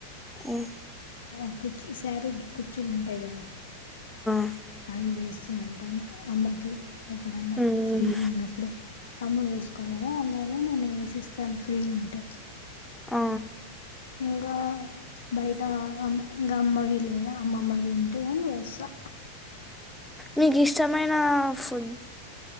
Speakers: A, in the centre; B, on the left.
A: ఉమ్
B: ఆ కుచ్చు శారీకి కుచ్చులు ఉంటాయి కదా
A: అ
B: నేన్ వేస్తూ ఉంటాను అమ్మకి ఎప్పుడన్నా
A: ఉమ్
B: ఫ్రీగా ఉన్నప్పుడు అమ్మ వేసుకోలేదా అందువల్ల నేను వేసిస్తాను ఫ్రీగా ఉంటే
A: ఆ
B: ఇంకా బయట అమ్మ ఇంకా అమ్మవి లేదా అమ్మమ్మవి ఉంటే గానీ వేస్తా
A: నీకు ఇష్టమైనా ఫుడ్